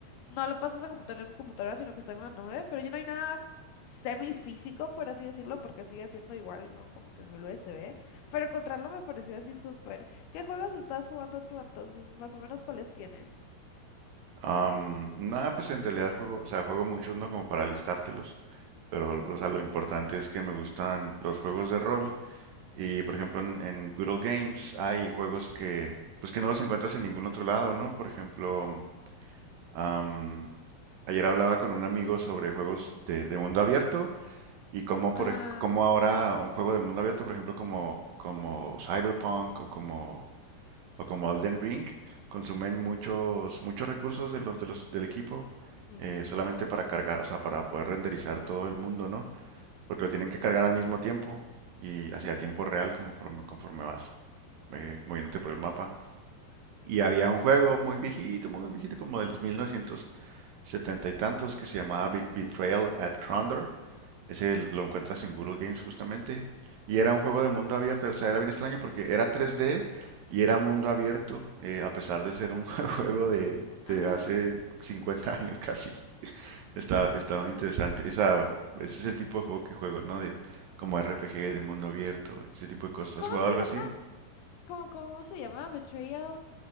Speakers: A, on the left (about 75°); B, on the right (about 70°).
A: no lo pasas a computadora en computadora, sino que está en una nube. Pero ya no hay nada semifísico, por así decirlo, porque sigue siendo igual, ¿no? Como que en el USB. Pero encontrarlo me pareció así súper. ¿Qué juegos estás jugando tú entonces? Más o menos, ¿cuáles tienes?
B: Am, nada, pues en realidad juego, o sea, juego muchos, ¿no? Como para listártelos, pero o sea, lo importante es que me gustan los juegos de rol y, por ejemplo, en, en Good Old Games hay juegos que, pues que no los encuentras en ningún otro lado, ¿no? Por ejemplo, am, ayer hablaba con un amigo sobre juegos de, de mundo abierto Y como,
A: Ah,
B: por, ej- como ahora un juego de mundo abierto, por ejemplo, como, como Cyberpunk o como, o como Elden Ring, consumen muchos, muchos recursos de los, de los, del equipo
A: sí.
B: eh, solamente para cargar, o sea, para poder renderizar todo el mundo, ¿no? Porque lo tienen que cargar al mismo tiempo y hacia
A: Ujú,
B: tiempo real conforme, conforme vas eh, moviéndote por el mapa. Y había un juego muy viejito, muy viejito, como de los 1970 y tantos, que se llamaba Bet- Betrayal
A: Súper.
B: at Crondor ese lo encuentras en Google Games justamente. Y era un juego de mundo abierto, o sea, era bien extraño porque era 3D y era mundo abierto, eh, a pesar de ser un <laughs> juego de, de
A: Ah,
B: hace 50 años casi. Está, está muy interesante. Esa, ese es el tipo de juego que juego, ¿no? De, como RPG de mundo abierto, ese tipo de cosas.
A: ¿Cómo
B: ¿Has jugado
A: se
B: algo
A: llama?
B: así?
A: ¿Cómo, cómo se llama? Betrayal.